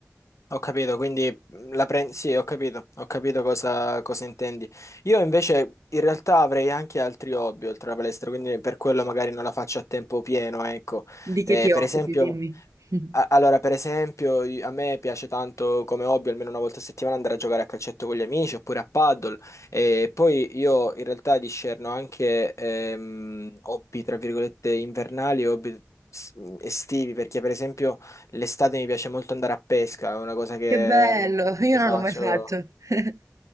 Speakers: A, on the left; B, on the right.
A: Ho capito, quindi mhmm, la prendi. Sì, ho capito, ho capito cosa, cosa intendi. Io invece in realtà avrei anche altri hobby oltre alla palestra, quindi per quello magari non la faccio a tempo pieno, ecco.
B: Di che
A: Eh,
B: ti occupi,
A: per esempio,
B: dimmi. <laughs>
A: a- Allora, per esempio, i- a me piace tanto come hobby almeno una volta a settimana andare a giocare a calcetto con gli amici oppure a paddle e poi io in realtà discerno anche ehm, hobby tra virgolette invernali e hobby s- estivi perché per esempio l'estate mi piace molto andare a pesca, è una cosa che
B: Che bello,
A: mm,
B: io
A: io
B: non
A: faccio.
B: l'ho mai fatto. <laughs>